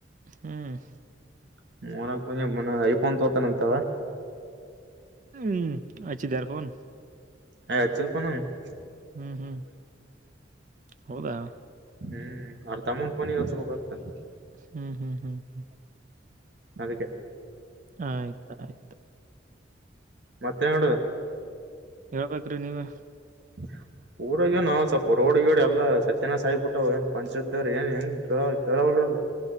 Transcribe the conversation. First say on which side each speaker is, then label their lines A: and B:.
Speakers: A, on the right (about 40°); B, on the right (about 60°).
A: ಹ್ಮ್
B: <unintelligible> ಐಫೋನ್ ತೋತಾನಂತವಾ
A: ಹ್ಮ್ ಅಚ್ಚದರಫೋನ್
B: ಹೇ, ಹಚಿರುಕಣ್ಣಾ. <inaudible>
A: ಹ್ಮ್, ಹ್ಮ್, ಹೌದಾ? <inaudible>
B: ಹೇ, ಅರ್ಥ ಮಾಡ್ಕೊಳ್ಳಿ! ಒಂದು, ಸ್ವಲ್ಪ ಹೊತ್ತು? <inaudible>
A: ಹ್ಮ್, ಹ್ಮ್, ಹ್ಮ್, ಹ್ಮ. <inaudible>
B: ಅದಕ್ಕೆ? <inaudible>
A: ಆಯ್ತು, ಆಯ್ತು. <inaudible>
B: ಮತ್ತೆ, ಏಳುಗಂಟೆಗೆ. <inaudible>
A: ಹೇಳುಬೇಕುರಿ, ನೀವೇ. <inaudible>
B: <unintelligible> <inaudible> ಊರಾಗ ನಾವು ಸ್ವಲ್ಪ ರೋಡ್ಗೋಡ್, ಎಲ್ಲ ಸತ್ಯನ್, ಸಾಯಬಿಟ್ಟ್! ಏನ್ ಪಂಚದರ್ ಏನ್, ಕೇಳೋರೇನಿಲ್ಲ? <inaudible>